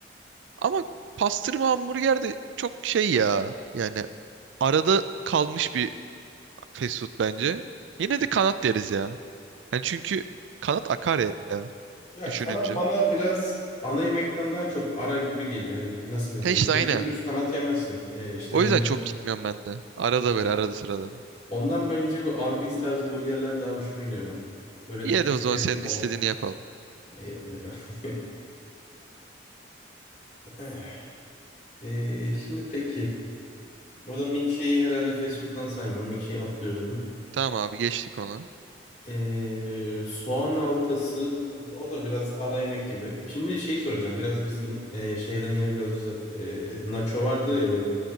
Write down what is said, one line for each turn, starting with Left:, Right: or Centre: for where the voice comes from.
Right: Ama pastırma hamburger de çok şey ya. Yani arada kalmış bir fast food bence. Yine de kanat deriz ya. Hani çünkü kanat akar ya, ya
Left: Ya
Right: düşününce.
Left: kanat bana biraz ana yemekten daha çok ara gibi geliyor. Hani nasıl desem
Right: He işte
Left: direkt
Right: aynen.
Left: dümdüz kanat yemezsin. Ee, işte
Right: O
Left: yanında.
Right: yüzden çok gitmiyorum ben de. Arada
Left: Aynen.
Right: böyle arada sırada.
Left: Ondan bence bir Arby's tarzı burgerler daha hoşuma gidiyor. Böyle
Right: İyi
Left: izletli
Right: de o zaman senin
Left: falan.
Right: istediğini yapalım.
Left: Eyvallah eyvallah. <laughs> Ee, şimdi peki. Burada milkshake'i herhalde fast food'dan saymam. Milkshake'i atlıyorum.
Right: Tamam abi geçtik onu.
Left: Ee, soğan halkası o da biraz ara yemek gibi. Şimdi şeyi soracağım. Biraz bizim e, şeyden yine biraz uzak. Ee, nacho vardır ya böyle